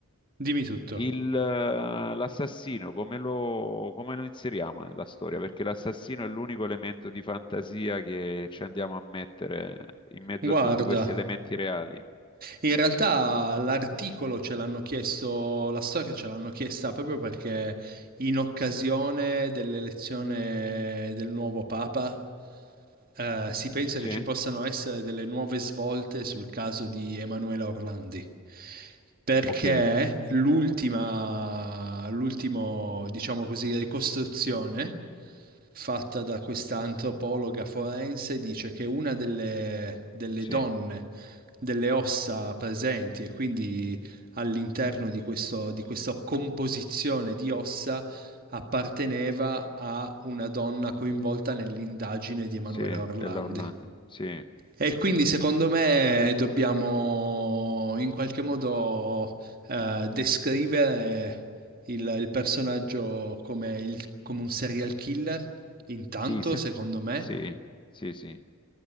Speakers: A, on the right; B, on the left.
A: dimmi tutto.
B: Il, eh, l'assassino, come lo, come lo inseriamo nella storia? Perché l'assassino è l'unico elemento di fantasia che ci andiamo a mettere in mezzo
A: Guarda,
B: a tutti questi elementi reali.
A: in realtà l'articolo ce l'hanno chiesto, la storia ce l'hanno chiesta proprio perché in occasione dell'elezione del nuovo Papa eh, si pensa
B: Sì,
A: che ci possano essere delle nuove svolte sul caso di Emanuela Orlandi. Perché
B: ok,
A: l'ultima, l'ultimo, diciamo così, ricostruzione fatta da questa antropologa forense dice che una delle, delle
B: sì,
A: donne, delle ossa presenti e quindi all'interno di questo, di questa composizione di ossa apparteneva a una donna coinvolta nell'indagine di Emanuela
B: sì,
A: Orlandi.
B: della Orlando, sì,
A: E quindi secondo me dobbiamo in qualche modo eh, descrivere il, il personaggio come, il- come un serial killer, intanto,
B: sì, sen-
A: secondo me.
B: sì, sì, sì.